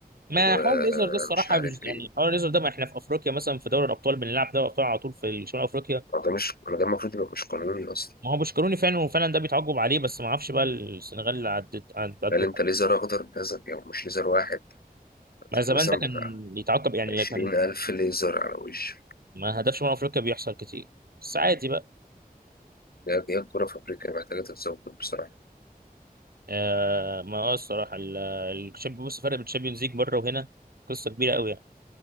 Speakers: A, on the right; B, on the left.
A: ما
B: ومش
A: حوار الليزر ده الصراحه
B: عارف
A: مش
B: ايه
A: يعني حوار الليزر ده ما احنا في افريقيا مثلا في دوري الابطال بنلعب دوري الابطال على طول في شمال افريقيا
B: ده مش ده المفروض يبقى مش قانوني اصلا
A: ما هو بوشكروني فعلا وفعلا ده بيتعاقب عليه بس ما اعرفش بقى السنغال اللي عدت عد- عدوا
B: قال انت ليزر اخضر كذا يعني مش ليزر واحد
A: ما زمان
B: مثلا
A: ده كان
B: بتاع
A: يتعاقب يعني
B: عشرين
A: اللي كان
B: ألف ليزر على وشك
A: ما هدفش من افريقيا بيحصل كتير بس عادي بقى
B: لا دي الكورة في أفريقيا محتاجة تتظبط بصراحة
A: آه ما هو الصراحه ال- الشامبيون بص فرق بين الشامبيونز ليج بره وهنا قصه كبيره قوي يعني